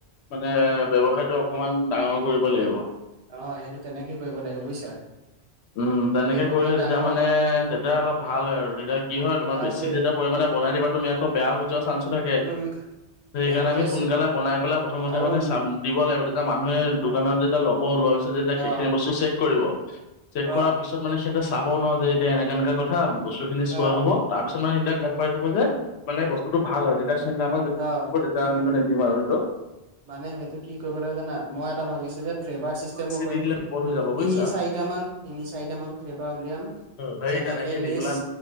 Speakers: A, on the left; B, on the right.
A: মানে ব্যৱসায়টো অকমান ডাঙৰ কৰিব লাগিব
B: অ সেইটো তেনেকে কৰিব লাগিব বুজিছা।
A: উম তেনেকে
B: ব্যৱসায়
A: কৰিলে তেতিয়া
B: ডাঙৰ
A: মানে তেতিয়া অলপ ভাল হয় আৰু তেতিয়া কি হয় তোমাৰ
B: আহ
A: বেছি
B: বে
A: যেতিয়া পৰিমাণে জনাই দিবা তুমি আকৌ বেয়া হৈ যোৱা চান্সো থাকে।
B: উম
A: সেই
B: বেয়া
A: কাৰণে
B: হৈ
A: আমি
B: যাইছে
A: সোনকালে বনাই পেলাই প্ৰথমতে
B: আৰু
A: মানে
B: উম
A: চাব দিব লাগিব। তেতিয়া মানুহে দোকানত
B: অ
A: যেতিয়া ল'ব। ওলোৱা পিছত
B: অ
A: সেই বস্তখিনি চেক কৰিব। চেক
B: অ
A: কৰাৰ পিছত মানে সিহতে চাব ন যে এতিয়া এনেকা এনেককা কথা বস্তুখিনি চোৱা
B: অ
A: হ'ব তাৰ পিছত। কিছুমান চিন্তা গ পাই থাকাব যে মানে বস্তুতটো ভাল হয় তেতিয়া চিন্তা আমাৰ
B: অ
A: তেতিয়া আমি মানে। কিমাৰ হেয়তো।
B: মানে সেইটো কি কৰিব লাগিব জানে মই এটা ভাবিছোঁ যে ফ্লেভাৰ চিষ্টেমো
A: বেছি
B: কৰিম
A: দি দিলে বিপদ হৈ যাব
B: তিনি
A: বুজিছা
B: চাৰিটামান তিনি চাৰিটামান ফ্লেভাৰ উলিয়াম
A: সেই
B: যেনেকে
A: তেনেকে
B: লেজ
A: দি পেলাই